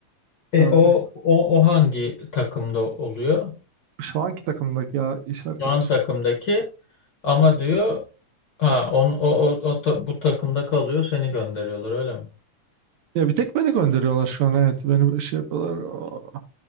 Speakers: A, on the right; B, on the left.
A: öyle.
B: E o o o hangi takımda oluyor?
A: Şu anki takımdaki ya iş arkadaş.
B: Şu an takımdaki ama diyor ha on o o, o ta- bu takımda kalıyor seni gönderiyorlar öyle mi?
A: Ya bir tek beni gönderiyorlar şu an evet. Beni şey yapıyorlar. Aa,